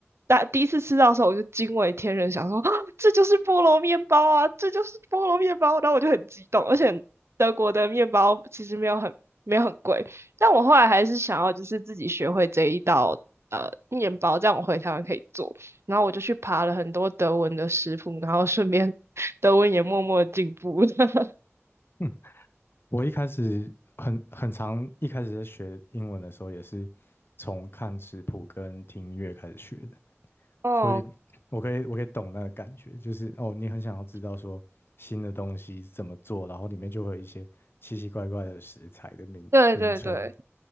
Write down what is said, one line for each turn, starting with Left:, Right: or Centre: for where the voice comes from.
Right: 大第一次吃到的时候，我就惊为天人，想说、啊这就是菠萝面包啊，这就是菠萝面包。然后我就很激动，而且德国的面包其实没有很没有很贵，但我后来还是想要就是自己学会这一道。呃，面包这样我回台湾可以做，然后我就去爬了很多德文的食谱，然后顺便德文也默默进步了。<laughs>
Left: 嗯，我一开始很很长，一开始在学英文的时候也是从看食谱跟听音乐开始学的。
Right: 哦，
Left: 所以我可以我可以懂那个感觉，就是哦，你很想要知道说新的东西怎么做，然后里面就会有一些奇奇怪怪的食材的名名称，
Right: 对对对，